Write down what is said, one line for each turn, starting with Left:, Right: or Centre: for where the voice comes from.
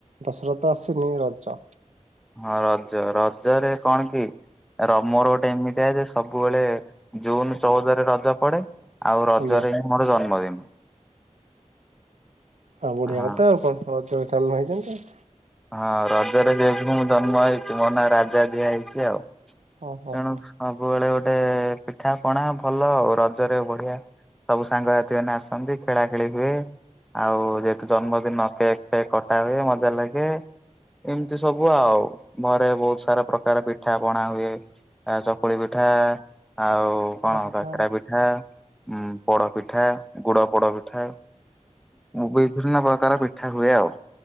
Right: ଦଶହରା ତ ଆସିନି ରଜ
Centre: ହଁ ରଜ ରଜରେ କଣ କି ର ମୋର ଗୋଟେ ଏମିତିଆ ଯେ ସବୁବେଳେ ଜୁନ ଚଉଦରେ ରଜ ପଡେ। ଆଉ ରଜରେ
Right: ଆଜ୍ଞା
Centre: ହିଁ ମୋର ଜନ୍ମଦିନ।
Right: ଆଉ ବଢିଆ
Centre: ହଁ
Right: କଥା ଆଉ କଣ। ରଜରେ ଜନ୍ମ ହେଇଛନ୍ତି ଆଉ।
Centre: ହଁ ରଜରେ ଯେହେତୁ ମୁଁ ଜନ୍ମ ହେଇଚି, ମୋ ନାଁ ରାଜା ଦିଆ ହେଇଛି ଆଉ।
Right: ଓ ହୋ
Centre: ତେଣୁ
Right: ହୋ
Centre: ସବୁ ବେଳେ ଗୋଟେ ପିଠା ପଣା ଭଲ ଆଉ ରଜରେ ବଢିଆ। ସବୁ ସାଙ୍ଗସାଥି ମାନେ ଆସନ୍ତି ଖେଳା ଖେଳି ହୁଏ। ଆଉ ଯେହେତୁ ଜନ୍ମଦିନ କେକ୍ ଫେକ୍ କଟା ହୁଏ ମଜା ଲାଗେ। ଏମିତି ସବୁ ଆଉ। ଘରେ ବହୁତ ସାରା ପ୍ରକାର ପିଠା ପଣା ହୁଏ। ଆ ଚକୁଳି ପିଠା ଆଉ
Right: ପୋଡ
Centre: କଣ
Right: ପିଠା
Centre: କାକେରା ପି ପିଠା ଉ ପୋଡ ପିଠା ଗୁଡ ପୋଡ ପିଠା ବିଭିନ୍ନ ପ୍ରକାର ପିଠା ହୁଏ ଆଉ।